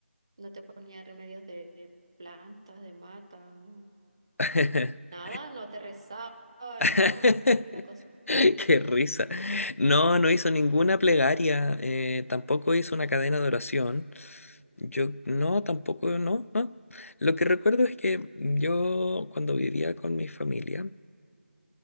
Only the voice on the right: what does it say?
¿No te ponía remedios de plantas, de mata?
Nada, no te rezaba,
nada, ni una cosa.